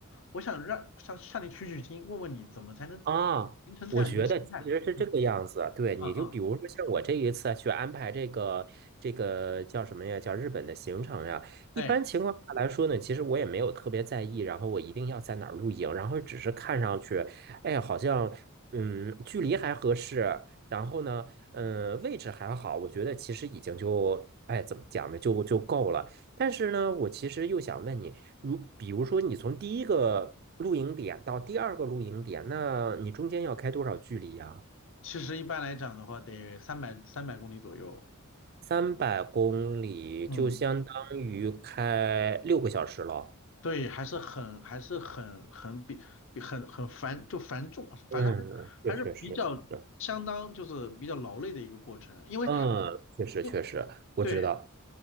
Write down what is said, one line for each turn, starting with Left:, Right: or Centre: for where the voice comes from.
Left: 我想让向向你取取经，问问你怎么才能
Right: 啊，
Left: 形成这样一个心态。
Right: 我觉得其实是这个样子啊。
Left: 嗯
Right: 对，
Left: 嗯嗯，
Right: 你就比如说像我这一次啊去安排这个这个叫什么呀？叫日本的行程呀。一般情况下来说呢，
Left: 哎。
Right: 其实我也没有特别在意，然后我一定要在哪儿露营，然后只是看上去，哎，好像嗯，距离还合适，然后呢，嗯，位置还好，我觉得其实已经就哎怎么讲呢，就就够了。但是呢，我其实又想问你，如比如说你从第一个露营点到第二个露营点，那你中间要开多少距离呀？
Left: 其实一般来讲的话，得三百三百公里左右。
Right: 三百公里就相当于开六个小时了。
Left: 嗯，对，还是很还是很很比比很很繁就繁重，
Right: 嗯，
Left: 反正还还是比较相当就是比较劳累的一个过程，
Right: 这确实是，
Left: 因为
Right: 嗯，确实确实，
Left: 因为
Right: 我知道。
Left: 对